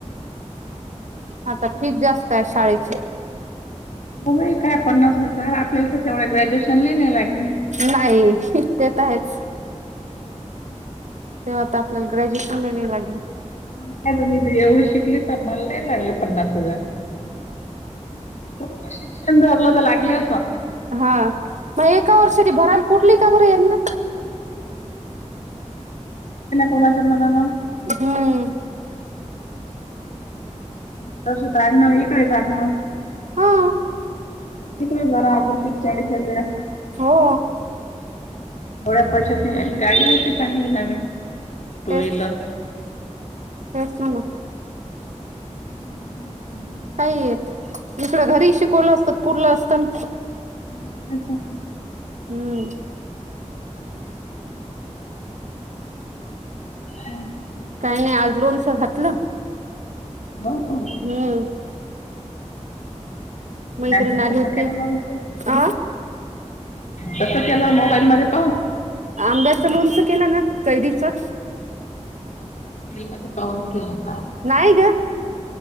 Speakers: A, on the right; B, on the left.
A: आता फी जास्त आहे शाळेचे
B: होय काय पन्नास हजार आपल्याला तर तेवढं ग्रॅज्युएशनलाही नाही लागले
A: नाही इ ते तर आहेच तेव्हा आ आपल्याला ग्रॅज्युएशन मि लागलं
B: नाही तर मी तर एवढी शिकली तर मला नाही लागले पन्नास हजार खूप शिक्षण धरलं तर लागले
A: हा मग एका वर्षाची भरायला पुटली का बर याना
B: कोणाच मन ना
A: हम्म.
B: इकडंच काढणार इकडे टाकणार
A: हा
B: इकडे भरा अजून तीस चाळीस हजार
A: हो.
B: थोड्या पैसात गाडी होती चांगली नवीन टू
A: तेच
B: व्हीलर
A: तेच ना
B: हम्म् हम्
A: काही येत इकडं घरी शिकवलं असतात पुरलं असतना
B: मग काय तर
A: हम्म.
B: हम्म.
A: काही नाही आज लोणच घातलं
B: हो का
A: हम्म मैत्रिण
B: अस
A: आली
B: कस
A: होती
B: केरालात
A: अ
B: कस केलं मोबाईल मध्ये प
A: आंब्याचं लोणचं केलं ना कैरीचं
B: मध्ये पाऊन केला
A: नाही ग